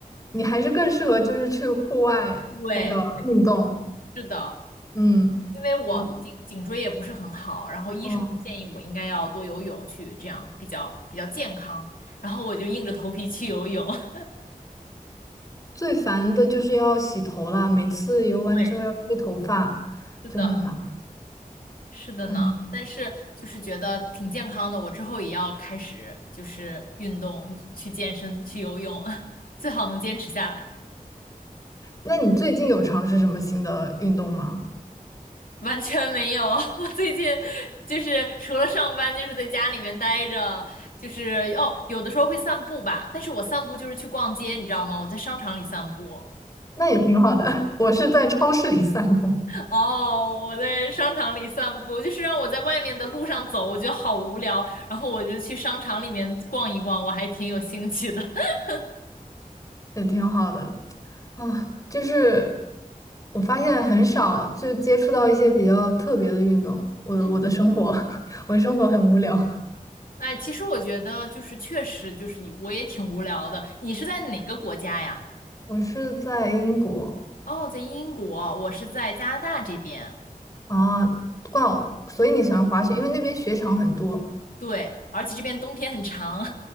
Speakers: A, on the left (about 25°); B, on the left (about 70°).
A: 你还是更适合就是去户外那个运动。
B: 对，是的。
A: 嗯，
B: 因为我颈颈椎也不是很好，
A: 我
B: 然后医生建议我应该要多游泳，
A: 哦，
B: 去这样比较比较健康，然后我就硬着头皮去游泳。<laughs>
A: 最烦的就是要洗头啦，每次游完之后要吹头发，
B: 对，是的，
A: 就很麻烦。
B: 是的呢。
A: 嗯
B: 但是就是觉得挺健康的，我之后也要开始就是运动，去健身，去游泳，<laughs> 最好能坚持下来。
A: 那你最近有尝试什么新的运动吗？
B: 完全没有，<laughs> 我最近就是除了上班，就是在家里面待着，就是哦，有的时候会散步吧，但是我散步就是去逛街，你知道吗？我在商场里散步，
A: 那也挺好的，<laughs> 我是在超市里散步，
B: 哦，我在商场里散步，就是让我在外面的路上走，我觉得好无聊，然后我就去商场里面逛一逛，我还挺有兴趣的。<laughs>
A: 也挺好的。啊，就是我发现很少就接触到一些比较特别的运动。我的我的生活，
B: 嗯，
A: <laughs> 我的生活很无聊。
B: 哎，其实我觉得就是确实就是我也挺无聊的。你是在哪个国家呀？
A: 我是在英国
B: 哦，在英国，我是在加拿大这边。
A: 啊，刚好，所以你喜欢滑雪，因为那边雪场很多，
B: 对，而且这边冬天很长，